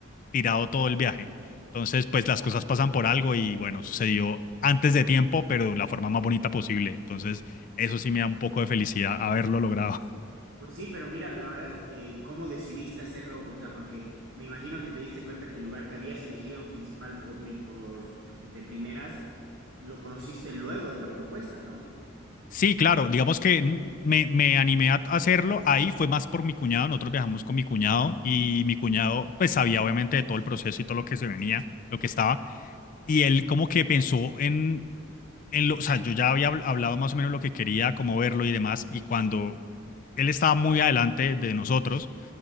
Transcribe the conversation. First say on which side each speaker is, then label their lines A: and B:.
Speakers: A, on the left; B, on the right.
A: tirado todo el viaje. Entonces, pues las cosas pasan por algo y bueno, sucedió antes de tiempo, pero de la forma más bonita posible. Entonces, eso sí me da un poco de felicidad haberlo logrado.
B: Pues sí, pero mira, la verdad, eh, ¿cómo decidiste hacerlo? O sea, porque me imagino que te diste cuenta que el lugar que habías elegido principal o prim- por, de primeras lo conociste luego de la propuesta, ¿no?
A: Sí, claro, digamos que n- me, me animé a hacerlo, ahí fue más por mi cuñado, nosotros viajamos con mi cuñado y mi cuñado pues sabía obviamente de todo el proceso y todo lo que se venía, lo que estaba, y él como que pensó en, en lo, o sea, yo ya había habl- hablado más o menos lo que quería, cómo verlo y demás, y cuando él estaba muy adelante de nosotros,